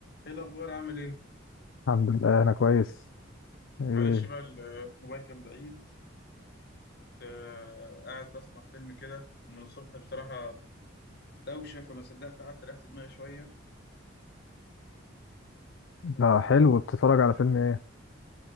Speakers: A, on the left; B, on the left.
A: ايه الاخبار عامل ايه
B: الحمد لله انا كويس ايه
A: معلش بقى الموبايل كان بعيد كنت آه، قاعد بسمع فيلم كده من الصبح بصراحه دوشه فما صدقت قعدت ريحت دماغي شويه
B: ده
A: آه،
B: حلو بتتفرج على فيلم ايه